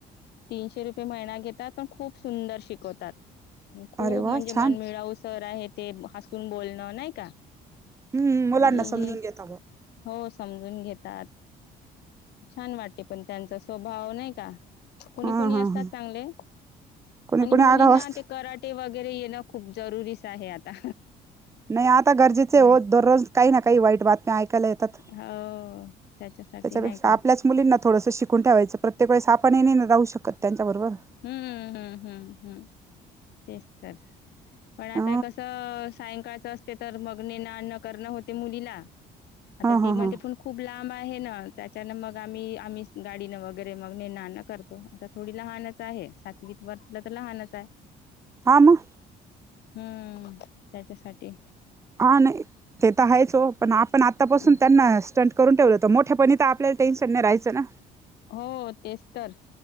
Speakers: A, on the left; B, on the right.
A: तीनशे रुपये महिना घेतात पण खूप सुंदर शिकवतात खूप
B: अरे वा
A: म्हणजे
B: छान
A: राऊत सर आहे ते हसून बोलण नाही का
B: हम्म मुलांना
A: आणि
B: समजून घेता ब
A: हो समजून घेतात छान वाटते पण त्यांचा स्वभाव नाही का कोणी
B: हा
A: कोणी
B: हा
A: असतात
B: हा
A: चांगले
B: कोणी
A: आणि
B: कोणी
A: मुलींना
B: आगाव असत
A: ते कराटे वगैरे येणं खूप जरुरीच आहे आता
B: नाही आता गरजेचे
A: नाही
B: आहे ओ दररोज काही ना काही वाईट बातम्या ऐकायला येतात
A: हो त्याच्यासाठी
B: त्याच्यापेक्षा
A: नाही का
B: आपल्याच मुलींना थोडंसं शिकून ठेवायचं प्रत्येक वेळेस आपणही नाही ना जाऊ शकत त्यांच्या बरोबर
A: हू हू हू हू हू तेच तर पण आता
B: ह
A: हे कसं सायंकाळच असत तर मग नेन आन करन होते मुलीला आता
B: हा हा
A: ती कधीपण
B: हा
A: खूप लांब आहे ना त्याच्यानं मग आम्ही आम्ही गाडीनं वगैरे मग नेन आन करतो आता थोडी लहानच आहे सातवीत वाटलं तर लहानच आहे
B: हा मग
A: ह त्याच्यासाठी
B: हा नाही ते तर हायच ओ पण आपण आतापासून
A: हम्म
B: त्यांना स्टंट करून ठेवलं तर मोठ्यापणीच आपल्याला टेन्शन नाय राहायचं ना
A: हो तेच तर